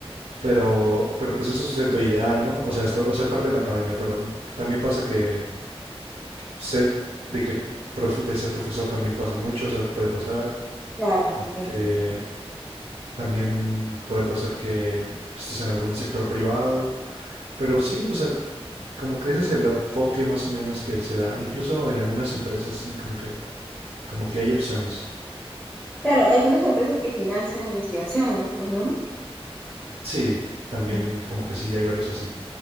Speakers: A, on the right (about 75°); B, in the centre.
A: Pero, pero pues eso es lo ideal, ¿no? O sea, esto- o ser parte de la academia, pero también pasa que ser, de que prof- de ser profesor también pasa mucho, o sea, puede pasar.
B: Claro,
A: Este,
B: también.
A: también puede pasar que estés en algún sector privado, pero sí, o sea, como que ese es el enfoque más o menos que se da, incluso en algunas empresas, sí, como que, como que hay opciones.
B: Claro, hay algunas empresas que financian investigaciones, pues, ¿no?
A: Sí, también
B: Mm.
A: como que sí hay varios así.